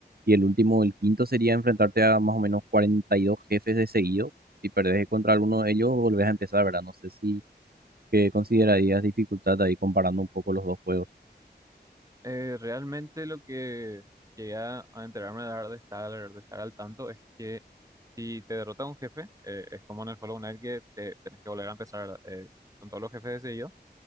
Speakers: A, on the right (about 60°); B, on the right (about 20°).
A: Y el último, el quinto, sería enfrentarte a más o menos 42 jefes de seguido. Si perdés contra alguno de ellos, volvés a empezar, ¿verdad? No sé si que considerarías dificultad ahí comparando un poco los dos juegos.
B: Eh, realmente lo que llegué a a enterarme de de estar, de estar al tanto es que si te derrota un jefe, eh, es como en el Hollow Knight que te, tenés que volver a empezar eh, con todos los jefes de